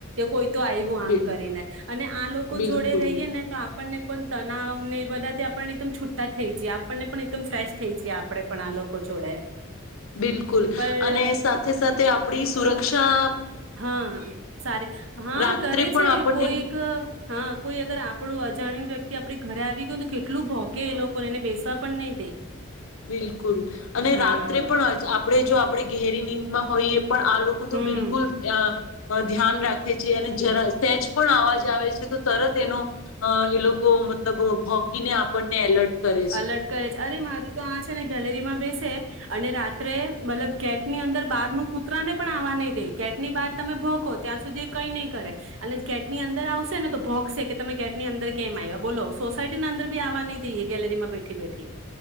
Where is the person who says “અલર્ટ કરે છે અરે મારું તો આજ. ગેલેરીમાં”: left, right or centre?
Right